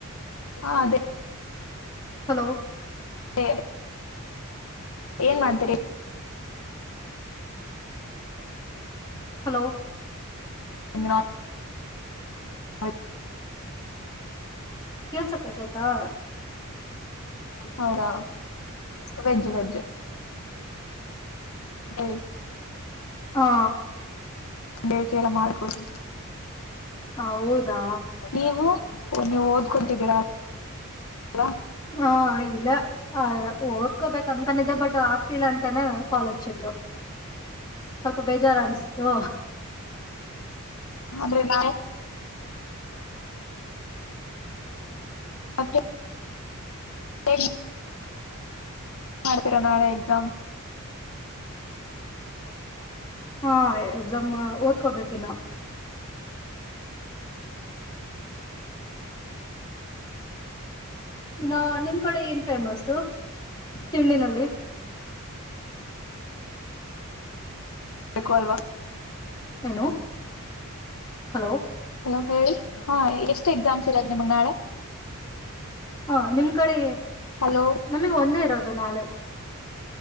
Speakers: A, on the left; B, on the left.
A: ಹಾ ಅದೇ
B: ಹಲೋ
A: ಹ ಏನ್ ಮಾಡ್ತೀರಿ
B: ಹಲೋ
A: ನಿ ಹಯ
B: ಕೇಲ್ಸಕ್ಕತತಾ
A: ಹೌದಾ ವೆಜ್ ವೆಜ್ ಹಿ
B: ಹಾ
A: ಬೇಡ್ತ ಎಲ್ಲ ಮಾಡ್ಕೊಡ್
B: ಹೌದಾ
A: ನೀವು ನೀವು ಓದ್ಕೊತಿದ್ದೀರಾ ಅಲ
B: ಹ ಇಲ್ಲ ಓದ್ಕೋಬೇಕ ಅಂದಕ ಬಟ್ ಆಗ್ತಿಲ್ಲ ಅಂತಾನ ಕಾಲೋಚ್ಚಿದ್ದು ಸ್ವಲ್ಪ ಬೇಜಾರು ಅನ್ಸ್ತು
A: ಹ್ರೆ ನ ಮತ್ತೆ ಸರಿ ಮಾಡ್ತೀರಾ ನಾಳೆ ಎಕ್ಸಾಮ್
B: ಹಾ ಎಕ್ಸಾಮ್ ಓದ್ಕೋಬೇಕ ಇನ್ನು ಇನ್ನ ನಿಮ್ ಕಡೆ ಏನ್ ಫೇಮಸ್ ತಿಂಡಂಡಿನಲ್ಲಿ
A: ಬು ಅಲ್ವಾ
B: ಏನು ಹಲೋ
A: ಹಲೋ ಹೇಳಿ ಹಾ ಎಷ್ಟು ಎಕ್ಸಾಮ್ಸ್ ಚರ ಮ ನಾಳೆ
B: ಹಾ ನಿಮ್ ಕಡೆ
A: ಹಲೋ
B: ನಮಗ್ ಒಂದೇ ಇರೋದು ನಾಲ್